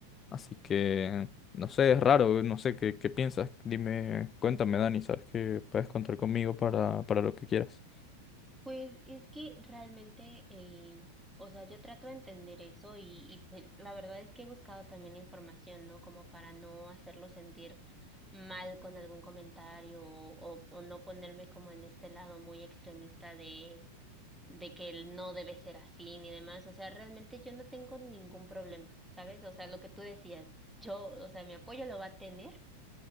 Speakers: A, on the left (about 25°); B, in the centre.
A: Así que, no sé, es raro, no sé qué, qué piensas. Dime, cuéntame, Dani, sabes que puedes contar conmigo para, para lo que quieras.
B: Pues es que realmente, eh, o sea, yo trato de entender eso y, y pues la verdad es que he buscado también información, ¿no? Como para no hacerlo sentir mal con algún comentario o, o o no ponerme como en este lado muy extremista de de que él no debe ser así ni demás. O sea, realmente yo no tengo ningún problema, ¿sabes? O sea, lo que tú decías, yo, o sea, mi apoyo lo va a tener